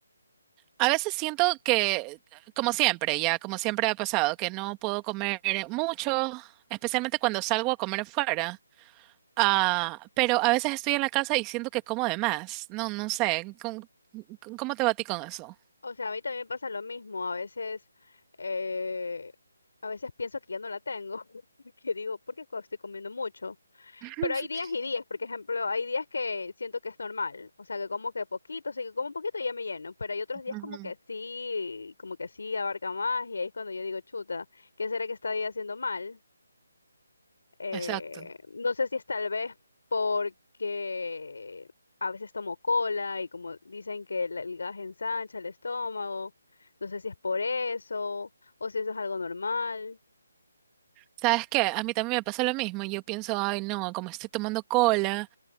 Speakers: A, on the right (about 15°); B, on the left (about 75°).
A: a veces siento que, como siempre, ya, como siempre ha pasado, que no puedo comer mucho, especialmente cuando salgo a comer afuera. Ah, pero a veces estoy en la casa y siento que como de más. No, no sé, ¿cómo, cómo te va a ti con eso?
B: O sea, a mí también me pasa lo mismo. A veces, eh, a veces pienso que ya no la tengo, <laughs> que digo, ¿por qué co- estoy comiendo mucho?
A: <laughs>
B: Pero hay días y días, por ejemplo, hay días que siento que es normal, o sea, que como que poquito, o sea, que como un poquito y ya me lleno, pero hay otros días
A: Ujú,
B: como que sí, como que sí abarca más y ahí es cuando yo digo, chuta, ¿qué será que estoy haciendo mal? Eh,
A: Exacto.
B: no sé si es tal vez porque a veces tomo cola y como dicen que el, el gas ensancha el estómago, no sé si es por eso o si eso es algo normal.
A: ¿Sabes qué? A mí también me pasa lo mismo. Yo pienso, ay, no, como estoy tomando cola,